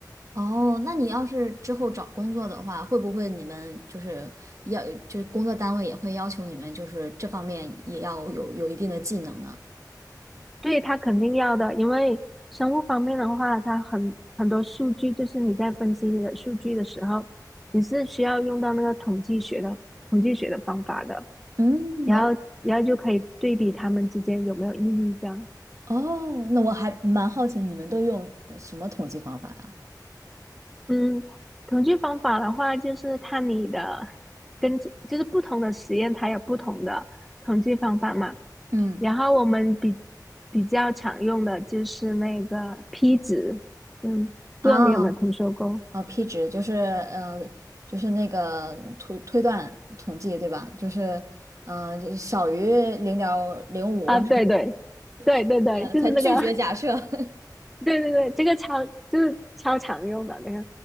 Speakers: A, on the right; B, in the centre.
A: 哦，那你要是之后找工作的话，会不会你们就是要就是工作单位也会要求你们就是这方面也要有有一定的技能呢？
B: 对，他肯定要的，因为生物方面的话，它很很多数据，就是你在分析你的数据的时候，你是需要用到那个统计学的统计学的方法的，
A: 嗯，
B: 然后然后就可以对比他们之间有没有意义这样。
A: 哦，那我还蛮好奇你们都用呃什么统计方法啊？
B: 嗯，统计方法的话，就是看你的根据，就是不同的实验它有不同的统计方法嘛。
A: 嗯，
B: 然后我们比比较常用的就是那个 p 值，嗯，
A: 啊，
B: 不知道你有没有听说过
A: 哦，P 值就是嗯，就是那个推推断统计对吧？就是嗯，就小于零点零五，
B: 啊？对对对对对，
A: <laughs> 呃，
B: 就是那个，
A: 才拒绝假设。<laughs>
B: <laughs> 对对对，这个超就是超常用的那个，